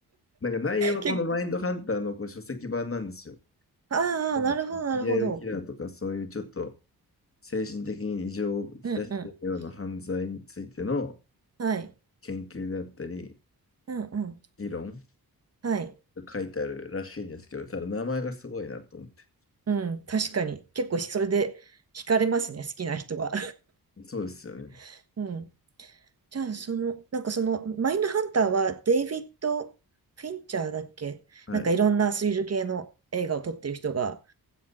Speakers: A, on the left; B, on the right.
A: なんか内容はこのマインドハンターのこう書籍版なんですよ。
B: 結構、ああ、
A: うんシリアルキラーとかそういうちょっと
B: なるほど、なるほど。
A: 精神的に異常をきたしているような犯罪についての
B: うんうん。はい。
A: 研究であったり、
B: うんうん。
A: 議論
B: はい。
A: が書いてあるらしいんですけど、ただ名前がすごいなと思って。
B: うん、確かに。結構それで惹かれますね、好きな人は。
A: そうですよね。
B: <laughs> うん。じゃあ、その、なんかその、マインドハンターはデイビッド・フィンチャーだっけなんかいろんなスリル系の映画を撮ってる人が、
A: はい。